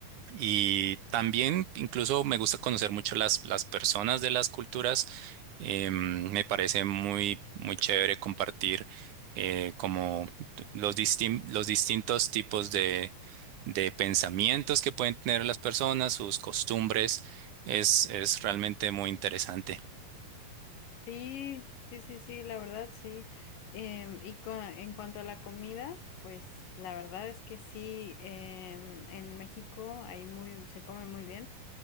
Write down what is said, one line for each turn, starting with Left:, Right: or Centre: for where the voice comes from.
Right: y también incluso me gusta conocer mucho las, las personas de las culturas. Eh, me parece muy, muy chévere compartir eh, como los, distin- los distintos tipos de, de pensamientos que pueden tener las personas, sus costumbres. Es, es realmente muy interesante.
Left: Sí, sí, sí, sí, la verdad sí. Em, y cua- en cuanto a la comida, pues la verdad es que sí, em, en México hay muy, se come muy bien.